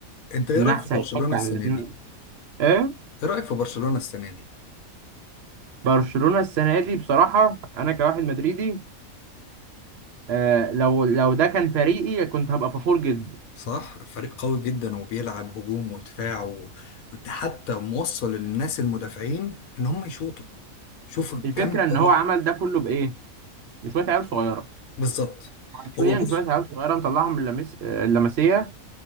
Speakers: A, on the left; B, on the right.
A: انت ايه
B: النحس
A: رأيك في
B: هيتفك
A: برشلونة
B: عن
A: السنة
B: الاثنين
A: دي؟
B: ايه
A: ايه رأيك في برشلونة السنة دي؟
B: برشلونة السنة دي بصراحة انا كواحد مدريدي آه لو لو ده كان فريقي كنت هبقى فخور جدا
A: صح فريق قوي جدا وبيلعب هجوم ودفاع و- وحتى موصل للناس المدافعين ان هم يشوطوا شوف
B: الفكره
A: كم الجراءة
B: ان هو عمل ده كله بايه بشويه عيال صغيره
A: بالظبط
B: حرفيا
A: هو بص
B: شويه عيال صغيره مطلعهم من اللمس... آه، اللمسيه